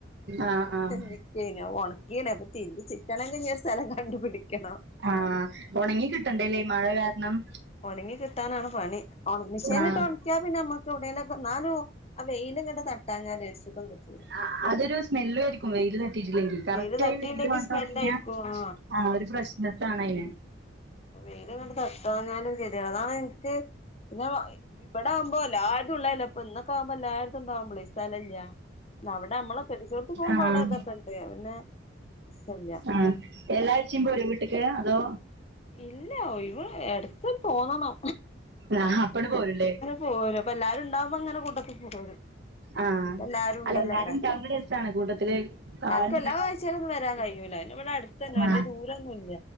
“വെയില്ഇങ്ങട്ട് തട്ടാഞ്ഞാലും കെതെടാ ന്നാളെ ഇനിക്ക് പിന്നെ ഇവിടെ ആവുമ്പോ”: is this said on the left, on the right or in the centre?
Left